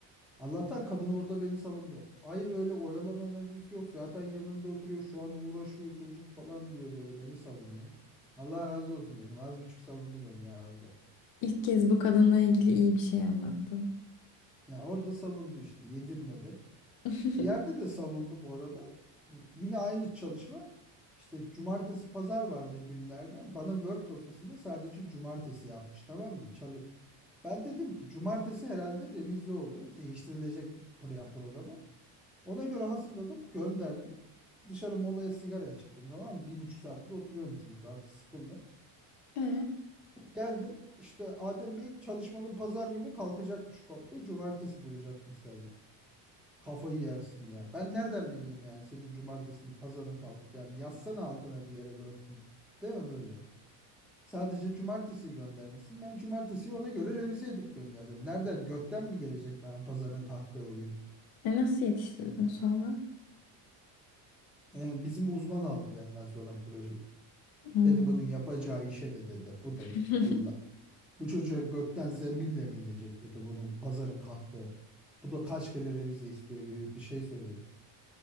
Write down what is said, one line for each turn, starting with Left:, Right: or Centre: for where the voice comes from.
Centre: Allah'tan kadın orada beni savundu. Hayır öyle oyalama mevzusu yok. Zaten yanımda oturuyor şu an uğraşıyor çocuk falan diyor böyle beni savunuyor. Allah razı olsun dedim. Az buçuk savundu beni ya orada.
Left: İlk kez bu kadınla ilgili iyi bir şey anlattın.
Centre: Ya orada savundu işte yedirmedi.
Left: <laughs>
Centre: Bir yerde de savundu bu arada. Yine aynı çalışma. İşte cumartesi pazar vardı günlerden. Bana Word dosyasında sadece cumartesi yapmış tamam mı? Çalı ben dedim ki cumartesi herhalde revize oluyor. Değiştirilecek plan programı. Ona göre hazırladım, gönderdim. Dışarı molaya sigaraya çıktım tamam mı? Bir buçuk saattir oturuyorum çünkü artık sıkıldım.
Left: E,
Centre: Geldim işte Adem Bey çalışmanın pazar günü kalkacakmış komple. Cumartesi duracakmış sadece. Kafayı yersin ya. Ben nereden bileyim yani senin cumartesinin pazarın kalkacağını. Yazsana altına bir yere Word'ün. Değil mi böyle? Sadece cumartesiyi göndermişsin. Ben cumartesiyi ona göre revize edip gönderdim. Nerede gökten mi gelecek ben pazarın kalktığı o gün?
Left: e nasıl yetiştirdin sonra?
Centre: Ee, bizim uzman aldı benden sonra projeyi.
Left: Hmm.
Centre: Dedi bunun yapacağı işe de dedi. Bu da
Left: <laughs>
Centre: Allah. Bu çocuğa gökten zembille mi inecek dedi bunun pazarın kahtığı. Bu da kaç kere revize istiyor gibi bir şey söyledi.